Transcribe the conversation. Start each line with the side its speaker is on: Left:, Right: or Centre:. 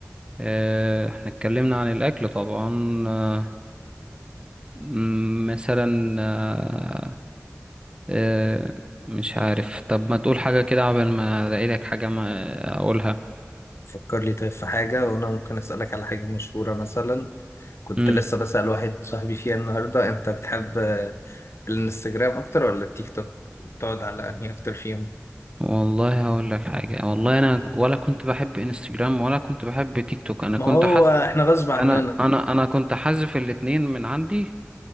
Right: آه، احنا اتكلمنا عن الاكل طبعا آه، مم، مثلا آه، آه، مش عارف طب ما تقول حاجة كده قبل ما الاقي لك حاجة ما اقولها
Left: فكر لي طيب في حاجة وأنا ممكن أسألك على حاجة مشهورة مثلا كنت
Right: امم
Left: لسه بسأل واحد صاحبي فيها النهاردة أنت بتحب آه، الانستجرام أكتر ولا التيك توك؟ بتقعد على أنهي أكتر فيهم؟
Right: والله هقول لك حاجة والله انا ولا كنت بحب انستجرام ولا كنت بحب تيك توك انا كنت
Left: ما هو
Right: حاز
Left: إحنا غصب عننا
Right: انا انا انا كنت حذف الاتنين من عندي